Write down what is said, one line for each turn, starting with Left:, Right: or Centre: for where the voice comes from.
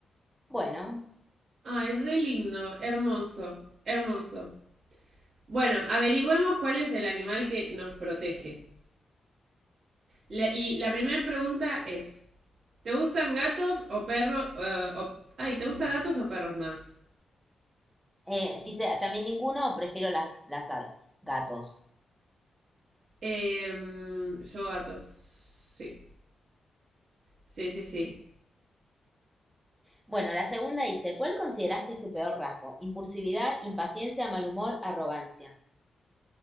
Centre: Bueno,
Right: Ay, re lindo, hermoso, hermoso. Bueno, averigüemos cuál es el animal que nos protege. La- y la primera pregunta es, ¿te gustan gatos o perros? eh, o- ay, ¿te gustan gatos o perros más?
Centre: eh, dice también ninguno, prefiero las, las aves, gatos.
Right: Em, yo gatos. Sí. Sí, sí, sí.
Centre: Bueno, la segunda dice, ¿cuál considerás que es tu peor rasgo? Impulsividad, impaciencia, mal humor, arrogancia.